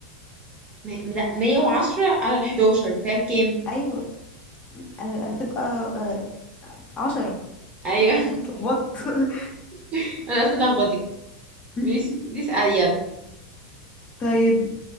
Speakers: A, on the right; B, on the left.
A: م... لا 110 على ال 11 فيها كام
B: أيوة آه، هتبقى آه، عشرة
A: ايوه
B: <laughs> اتلخبطت
A: <laughs> انا اصلا لخبطك
B: <laughs>
A: ماشي دي اسأل يلا
B: طيب